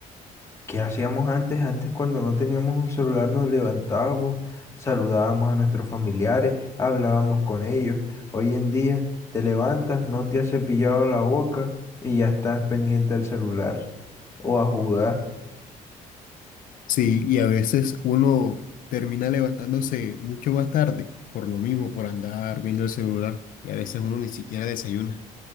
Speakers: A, on the left; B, on the left.
A: ¿qué hacíamos antes? Antes cuando no teníamos un celular nos levantábamos, saludábamos a nuestros familiares, hablábamos con ellos. Hoy en día te levantas, no te has cepillado la boca y ya estás pendiente al celular o a jugar.
B: Sí, y a veces uno termina levantándose mucho más tarde, por lo mismo, por andar viendo el celular, y a veces uno ni siquiera desayuna.